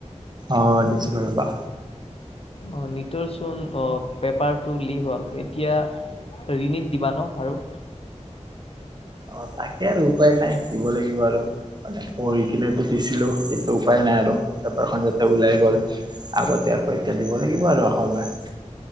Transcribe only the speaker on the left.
অ' নীটৰচোন অ' পেপাৰটো লিক হ'ল। এতিয়া ৰিণিত দিবা ন আৰু?